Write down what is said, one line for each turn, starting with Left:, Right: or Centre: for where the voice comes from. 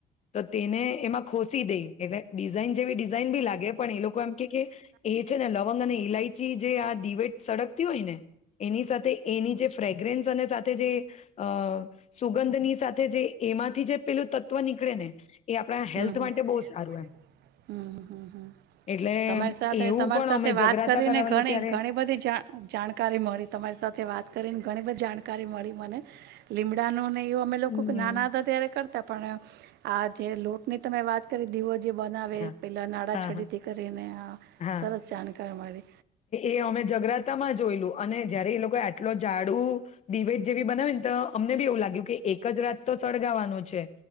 Left: ત તેને એમાં ખોસી દઈ. એટલે ડિઝાઇન જેવી ડિઝાઇન બી લાગે પણ એ લોકો એમ એ છે ને લવંગ અને ઈલાયચી જે આ દિવેટ સડગતી હોય ને એની સાથે એની જે ફ્રેગ્રેન્સ અને સાથે જે અ સુગંધની સાથે જે એમાંથી જે પેલું તત્વ નીકળે ને? એ આપણા હેલ્થ
Right: હમમ
Left: માટે બહુ સારું એમ એટલે
Right: તમારી સાથે
Left: એવું
Right: તમારી
Left: પણ
Right: સાથે
Left: અમે
Right: વાત
Left: જગરાતા
Right: કરીને
Left: કરાવેલું
Right: ઘણી
Left: ત્યારે
Right: ઘણી બધી જાણકારી મળી તમારી સાથે વાત કરીને ઘણી બધી જાણકારી મળી મને લી. <inaudible> એવ અમે લોકો
Left: હમ
Right: નાના હતા ત્યારે પણ આ જે લોટ ની તમે વાત કરી દીવ જે બનાવે
Left: હા
Right: પહેલાં નાળં
Left: હા
Right: છડીથી
Left: હા
Right: કરીને આ
Left: હા
Right: સરસ જાણકાર મળે.
Left: એ અમે જગરાતા માં જોયલું. અને જયારે એ લોકો આટલો જ જાઝાડું દીવેટ જ જેવી બનાવી ને તો અમને બી એવું લાગ્યું કે એક જ રાત તો સળગાવાનું છે